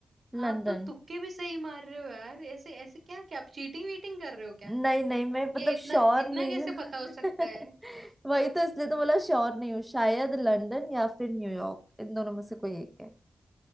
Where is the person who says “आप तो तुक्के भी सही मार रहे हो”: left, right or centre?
Right